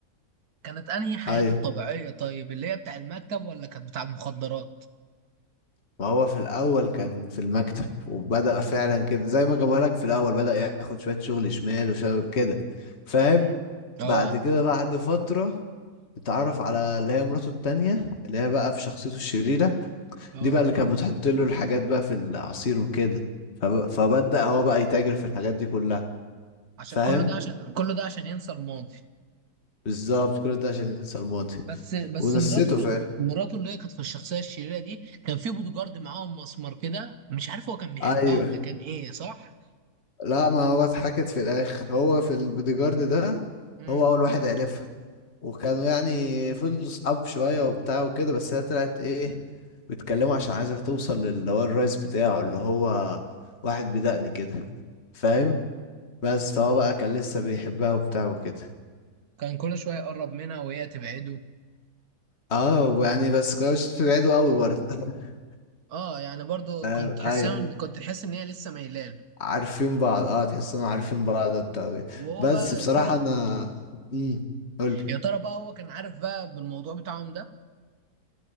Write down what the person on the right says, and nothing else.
كانت انهي حياته
الطبيعية طيب اللي هي بتاع المكتب ولا كانت بتاع المخدرات
مم. اه
اه
عشان
كل ده عشان كل ده عشان ينسى الماضي
بس بس
مراته
مراته اللي هي كانت في الشخصية الشريرة دي كان في بوديجارد معاهم مسمار كده مش عارف هو كان بيحبها
ولا كان ايه صح؟
امم
اه
كان كل شوية يقرب منها وهي تبعده
اه يعني برضو
كنت حسن
كنت حاسس ان هي لسه ميلاله
وهو
بقى
يا ترى
يا ترى بقى هو كان عارف بقى بالموضوع بتاعهم ده